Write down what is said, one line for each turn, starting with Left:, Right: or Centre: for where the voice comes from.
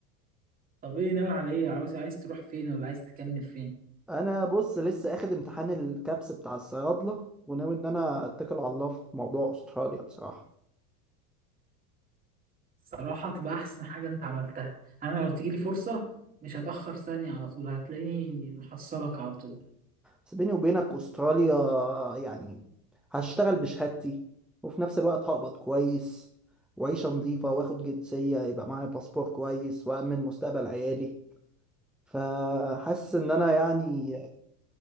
Right: طب إيه ناوي على إيه؟ عاوز عايز تروح فين ولا عايز تكمل فين؟
Centre: انا بص لسه اخد امتحان الكابس بتاع الصيادلة وناوي ان انا اتكل على الله في موضوع استراليا بصراحة
Right: صراحة تبقى أحسن حاجة أنت عملتها أنا لو تجيلي فرصة مش هتأخر ثانية على طول هتلاقيني محصلك على طول
Centre: بس بيني وبينك استراليا يعني هشتغل بشهادتي وفي نفس الوقت هقبض كويس وعيشة نظيفة واخد جنسية يبقى معايا باسبور كويس وأمن مستقبل عيالي فحاسس إن أنا يعني